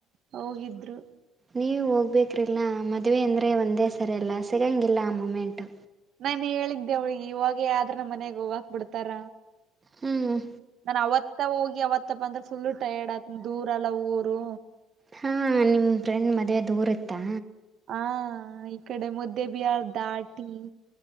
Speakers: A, on the right; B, on the right.
A: ಹೋಗಿದ್ರು
B: ನೀವು ಹೋಗ್ಬೇಕ್ರಿಲ್ಲ ಮದುವೆ ಅಂದರೆ ಒಂದೇ ಸರಿಯಲ್ಲ ಸಿಗೋಂಗಿಲ್ಲ ಆ ಮೂಮೆಂಟ್ು
A: ನಾನ ಹೇಳಿದ್ದೆ ಅವಳಿಗೆಿ ಇವಾಗ ಯ್ರ ನಮ್ಮ ಮನೆಗ್ ಹೋಗಕ್ ಬಿಡ್ತಾರ
B: ಹ್ಮ್
A: ನಾನ ಅವತ್ತ ಹೋಗಿ ಅವತ್ತಪ್ಪ ಅಂದ್ರೆ ಫುಲ್ು ಟೈರ್ಡ್ ಆತ ದೂರಲ್ಲ ಊರು
B: ಹಾಂ ನಿಮ್ಮ ಫ್ರೆಂಡ್ ಮದುವೆ ದೂರ ಇತ್ತಾ
A: ಹಾ ಇ ಕಡೆ ಮುದ್ದೆ ಬಿಹಾರ್ ದಾಟಿ